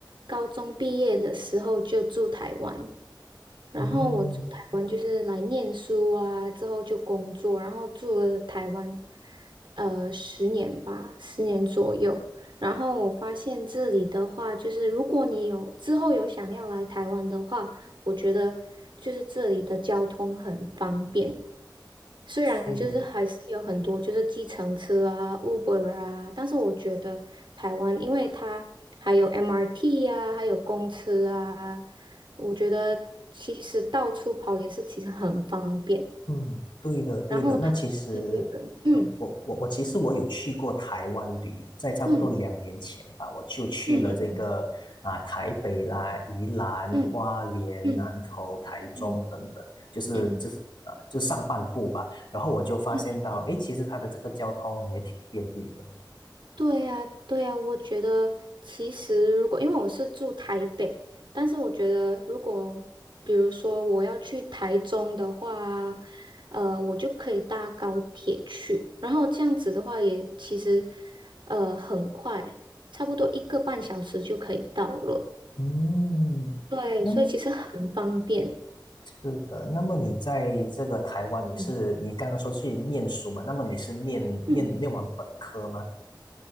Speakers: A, on the right; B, on the left.
A: 高中毕业的时候就住台湾，然后我住台湾就是来念书啊，
B: 嗯，
A: 之后就工作，然后住了台湾呃十年吧，十年左右。然后我发现这里的话，就是如果你有之后有想要来台湾的话，我觉得就是这里的交通很方便。虽然就是还是有很多就是计程车啊、
B: 是，
A: Uber 啊，但是我觉得台湾，因为它还有 MRT 啊，还有公车啊，我觉得其实到处跑也是其实很方便。
B: 嗯，对的，对的。
A: 然后它，
B: 那其实，
A: 对对对，嗯
B: 呃，我我我其实我有去过台湾旅游，在差不多两年前吧，
A: 嗯
B: 我就去了这个啊、
A: 嗯
B: 台北啦、宜兰、
A: 嗯
B: 花莲、
A: 嗯
B: 南投、台中等等，
A: 嗯
B: 就是就是啊、
A: 嗯嗯
B: 就上半部吧。然后我就发现到，
A: 嗯
B: 诶，其实它的这个交通也挺便利的。
A: 对呀，对呀，我觉得其实如果因为我是住台北，但是我觉得如果比如说我要去台中的话，呃，我就可以搭高铁去，然后这样子的话也其实呃很快，差不多一个半小时就可以到了。
B: 嗯，
A: 对，
B: 那么
A: 所以其实很方便。
B: 是的。那么你在这个台湾，你是你刚刚说去念书嘛？
A: 嗯，
B: 那么你是念念念完本科吗？
A: 嗯，